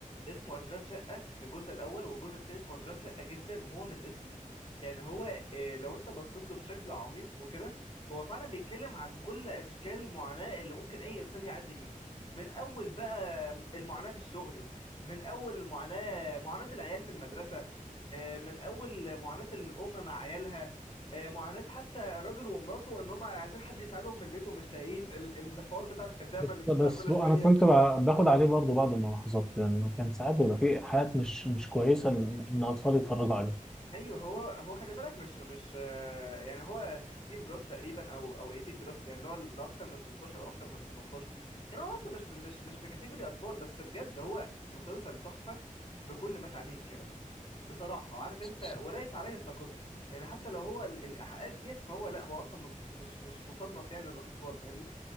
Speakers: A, on the left (about 40°); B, in the centre.
A: اسمه اشغال شقه الجزء الاول والجزء التاني اسمه اشغال شقه جدا وهو من اسمه يعني هو آه، لو انت بصيت له بشكل عميق وكده هو فعلا بيتكلم عن كل اشكال المعاناه اللي ممكن اي انسان يعدي بيها من اول بقى المعاناه في الشغل من اول المعاناه معاناه العيال في المدرسه آه، من اول معاناه الام مع عيالها آه، معاناة حتى الراجل ومراته ان هم عايزين حد يساعدهم في البيت ومش لاقيين ال- الحوار بتاع الخدامة
B: بس
A: اللي بتطلع
B: بس
A: كل
B: بق-
A: شوية
B: انا كنت ب- باخد عليه برضه بعض الملاحظات يعني كان ساعات بيبقى في حاجات مش مش كويسه ان إن اطفال يتفرجوا
A: ايوه هو هو خلي بالك مش مش آه، يعني هو 16 بلس تقريبا او او 18 بلس يعني اللي هو اللي اكتر من 16 او اكتر من 18 يعني هو اصلا مش ب- مش مش في كاتيجوري اطفال بس بجد هو مسلسل تحفة بكل ما تعنيه الكلمة بصراحة
B: عليها
A: عارف انت وليس عليه ساقطة يعني حتى لو هو ال- الايحاءات ديت فهو لا هو اصلا مس- مش مش مصنف يعني للاطفال فاهمني